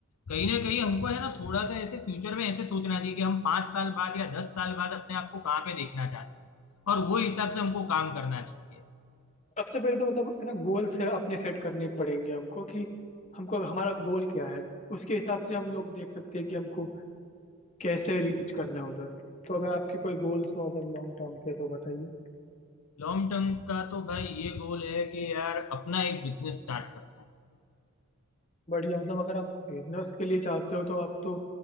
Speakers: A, on the left; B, on the left.
A: कहीं ना कहीं हमको है ना थोड़ा सा ऐसे फ्यूचर में ऐसे सोचना चाहिए कि हम पांच साल बाद या दस साल बाद अपने आप को कहाँ पे देखना चाहते हैं और वो हिसाब से हमको काम करना चाहिए
B: सबसे पहले तो मतलब है ना गोल्स है अपने सेट करने पड़ेंगे हमको कि हमको हमारा गोल क्या है उसके हिसाब से हम लोग देख सकते हैं कि हमको कैसे रीच करना है उधर तो अगर आपके कोई गोल्स हो अगर लॉन्ग टर्म के तो बताइए
A: लॉन्ग टर्म का तो भाई ये गोल है कि यार अपना एक बिजनेस स्टार्ट करना है
B: बढ़िया मतलब अगर आप बिजनेस के लिए चाहते हो तो आप तो